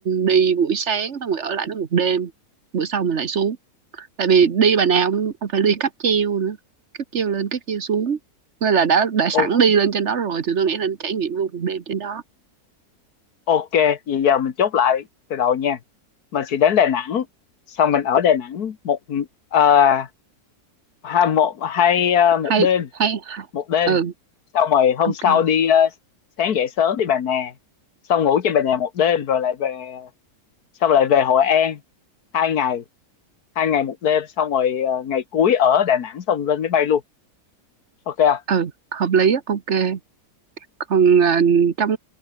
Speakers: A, on the right; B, on the left.
A: đi buổi sáng xong rồi ở lại đó một đêm bữa sau mình lại xuống tại vì đi bà nào ông, ông phải đi cáp treo nữa cáp treo lên cáp treo xuống nên là đã đã sẵn
B: ok.
A: đi lên trên đó rồi thì tôi nghĩ là trải nghiệm luôn một đêm trên đó
B: Ok, vậy giờ mình chốt lại từ đầu nha. Mình sẽ đến Đà Nẵng, xong mình ở Đà Nẵng một ờ, hai một hai ờ, một
A: hay
B: đêm,
A: hay hay.
B: một đêm.
A: ừ
B: Xong rồi hôm
A: ok
B: sau đi ờ, sáng dậy sớm đi Bà Nà, xong ngủ trên Bà Nà một đêm rồi lại về, xong lại về Hội An hai ngày, hai ngày một đêm, xong rồi ờ, ngày cuối ở Đà Nẵng xong lên máy bay luôn. Ok không?
A: ừ hợp lý á ok còn ờ, trong